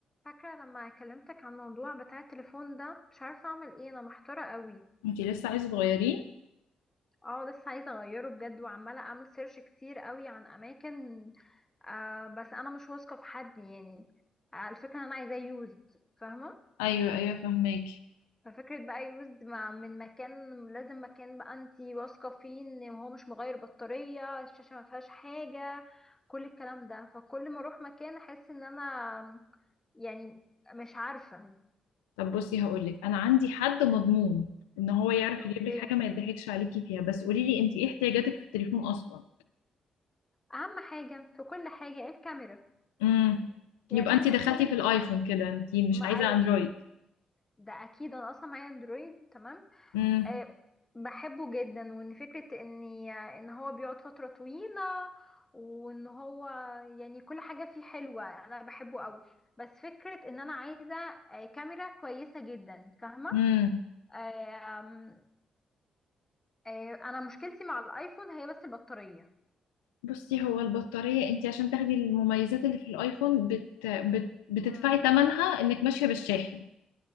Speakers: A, on the left; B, on the left.
A: فاكرة لما كلمتك عن الموضوع بتاع التليفون ده مش عارفة اعمل ايه انا محتارة قوي
B: انتي لسه عايزه تغيريه
A: اه لسه عايزة اغيره بجد وعمالة اعمل سيرش كتير قوي عن اماكن آه بس انا مش واثقة في حد يعني آه الفكرة ان انا عايزاه يوزد فاهمة
B: ايوه ايوه فهماكي
A: ففكرة بقى يوزد مع من مكان لازم مكان بقى انتي واثقة فيه ان هو مش مغير بطارية الشاشة ما فيهاش حاجة كل الكلام ده فكل ما اروح مكان احس ان انا يعني مش عارفة
B: طب بصي هقولك انا عندي حد مضمون ان هو يعرف
A: اوكي
B: يجيب لك حاجه ما يضحكش عليكي فيها بس قولي لي انتي ايه احتياجاتك في التليفون اصلا
A: اهم حاجه في كل حاجه الكاميرا
B: امم
A: يعني
B: يبقى
A: انا
B: انتي
A: التليفون
B: دخلتي
A: ال...
B: في الايفون كده انتي مش
A: ما...
B: عايزه
A: أيوه
B: اندرويد
A: ده اكيد انا اصلا معايا اندرويد تمام
B: امم
A: أه بحبه جدا وان فكره ان ان هو بيقعد فتره طويله وان هو يعني كل حاجه فيه حلوه انا بحبه قوي بس فكره ان انا عايزه آه، كاميرا كويسه جدا فاهمه
B: امم
A: أه... آم، أه... انا مشكلتي مع الايفون هي بس البطاريه
B: بصي هو البطاريه انتي عشان تاخدي المميزات اللي في الايفون بت... بت... بتدفعي
A: امم
B: ثمنها انك ماشيه بالشاحن